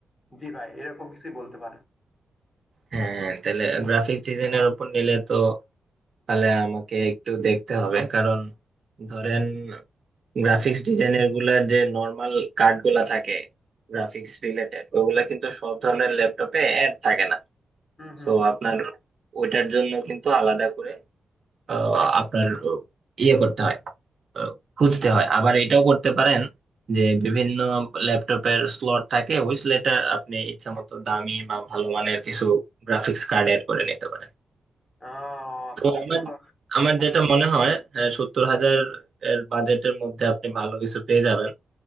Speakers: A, on the left; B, on the right.
A: জি ভাই এরকম কিছুই বলতে পারেন
B: হ্যাঁ তাহলে গ্রাফিক্স ডিজাইনের ওপর নিলে তো তাহলে আমাকে একটু দেখতে হবে কারণ ধরেন গ্রাফিক্স ডিজাইনের গুলার যে নর্মাল কার্ড গুলা থাকে গ্রাফিক্স রিলেটেড ওগুলা কিন্তু সব ধরনের ল্যাপটপে অ্যাড থাকে না
A: হুম হুম
B: সো
A: হুম
B: আপনার ওইটার জন্য কিন্তু আলাদা করে আহ, আপনার ইয়ে করতে হয় আহ, খুঁজতে হয় আবার এটাও করতে পারেন যে বিভিন্ন ল্যাপটপের স্লট থাকে ওই স্লটে আপনি ইচ্ছা মতো দামি বা ভালো মানের কিছু গ্রাফিক্স কার্ড এড করে নিতে পারেন
A: আহ, আপনি
B: তো
A: তো
B: আমার
A: ভালো
B: আমার যেটা মনে হয় হ্যাঁ, সত্তর হাজার এর বাজেটের মধ্যে আপনি ভালো কিছু পেয়ে যাবেন